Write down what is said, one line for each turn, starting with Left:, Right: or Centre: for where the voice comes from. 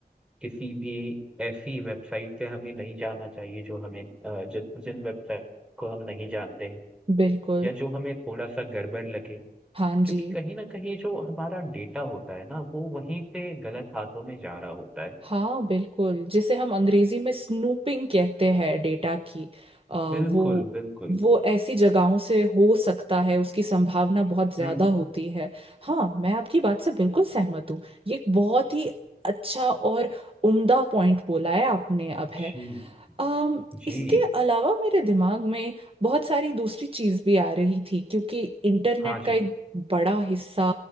Centre: किसी भी ऐसी वेबसाइट पे हमें नहीं जाना चाहिए जो हमें अ, जिस जिन वेबसाइट को हम नहीं जानते हैं
Right: बिल्कुल
Centre: या जो हमें थोड़ा सा गड़बड़ लगे
Right: हाँ जी
Centre: क्योंकि कहीं ना कहीं जो हमारा डेटा होता है ना वो वहीं पे गलत हाथों में जा रहा होता है
Right: हाँ बिल्कुल जिसे हम अंग्रेजी में स्नूपिंग कहते हैं डेटा की आ,
Centre: बिल्कुल
Right: वो
Centre: बिल्कुल
Right: वो ऐसी जगहों से हो सकता है उसकी संभावना बहुत ज्यादा
Centre: हम्म
Right: होती है हाँ मैं आपकी बात से बिल्कुल सहमत हूँ ये एक बहुत ही अच्छा और उम्दा पॉइंट बोला है आपने अब
Centre: जी
Right: अम
Centre: जी
Right: इसके अलावा मेरे दिमाग में बहुत सारी दूसरी चीज भी आ रही थी क्योंकि इंटरनेट
Centre: हाँ जी
Right: का एक बड़ा हिस्सा